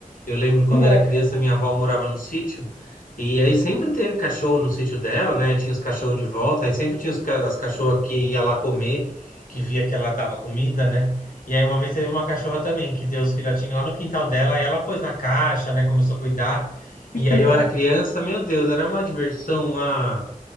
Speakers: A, on the left; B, on the left.
A: Eu lembro quando
B: é,
A: era criança, minha avó morava no sítio, e aí sempre teve cachorro no sítio dela, né? Tinha os cachorros de volta, aí sempre tinha os ca- as cachorras que ia lá comer, que via que ela dava comida, né? E aí uma vez teve uma cachorra também, que deu os filhotinhos lá no quintal dela, aí ela pôs na caixa, né? Começou a cuidar.
B: a
A: E
B: cuidar.
A: aí eu era criança, meu Deus, era uma diversão, uma,